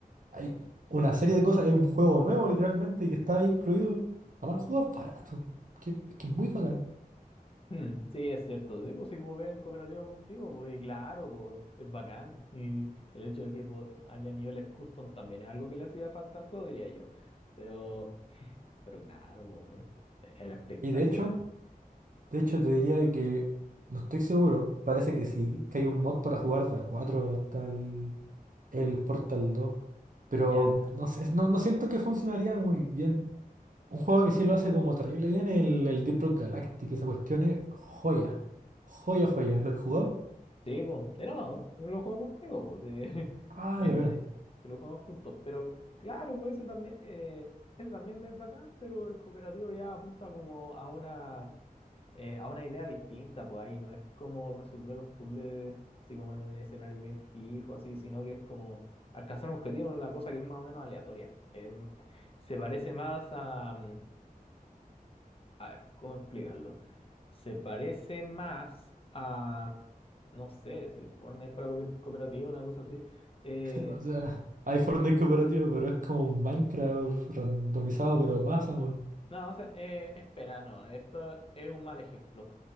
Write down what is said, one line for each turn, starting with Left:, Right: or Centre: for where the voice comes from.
Right: Hay una serie de cosas, es un juego nuevo literalmente, y que está ahí incluido. Aparte, el juego es barato, que, es que es muy bacán.
Left: Mm, Sí, es cierto. Sí, pues si jugué el cooperativo contigo, pues y claro, pues es bacán. Y el hecho de que pues, haya niveles custom también es algo que le hacía falta al juego, diría yo. Pero, pero claro, pues, era espectacular.
Right: Y de hecho, de hecho te diría de que, no estoy seguro, parece que sí, que hay un mod para jugar de a 4 hasta el... el Portal dos Pero
Left: Ya.
Right: no sé, no, no siento que funcionaría muy bien. Un juego que sí lo hace como terrible bien, el, el Deep Rock Galactic, esa cuestión es joya. Joya, joya. ¿Lo he jugado?
Left: Sí, pues, de ¿no? lo juego contigo, pues, eh,
Right: Ah,
Left: <laughs> eh,
Right: de veras.
Left: te lo jugamos juntos, pero claro, pues ese también, eh, ese también me es bacán, pero el cooperativo ya apunta como a una, eh, a una idea distinta, pues ahí no es como resolver un puzzle así como en un escenario bien fijo, así, sino que es como alcanzar un objetivo en una cosa que es más o menos aleatoria. Em, se parece más a, mm, a ver, ¿cómo explicarlo? Se parece más a, no sé, si Fortnite fuera co- cooperativo, una cosa así. Eh,
Right: <laughs> O sea, hay Fortnite cooperativo, pero es como un Minecraft randomizado, pero más aún.
Left: no, o sea, eh, espera, no, esto es un mal ejemplo.